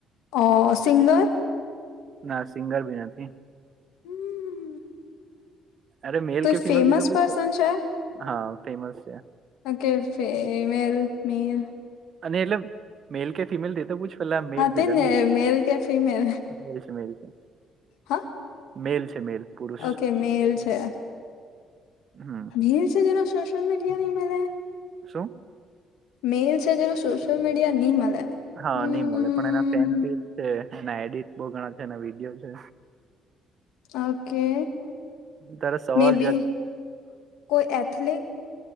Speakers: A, on the left (about 85°); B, on the right (about 50°).
A: અ સિંગર.
B: ના સિંગર ભી નથી.
A: હમ
B: અરે મેલ
A: કોઈ
B: કે ફિમેલ
A: ફેમસ
B: એ તો પૂછ
A: પર્સન છે
B: હા ફેમસ છે.
A: ઓકે ફીમેલ મેલ
B: અને એટલે મેલ કે ફિમેલ તે તો પૂછ પેલા મેલ
A: હા
B: છે
A: તે
B: જા.
A: ને મેલ કે ફિમેલ
B: મેલ છે મેલ છે
A: હા
B: મેલ છે મેલ. પુરુષ
A: ઓકે મેલ છે
B: હમ
A: મેલ છે જેનો સોશિયલ મીડિયા ની મળે.
B: શું?
A: મેલ છે જેનો સોશિયલ મીડિયા નહી મળે.
B: હા
A: હમ
B: નઈ મળે પણ એના ફેન પેજ છે એના એડિટ બહુ ઘણા છે એના વિડીયો છે.
A: ઓકે
B: તારે સવાલ
A: મે બી
B: જ
A: કોઈ એથલિક.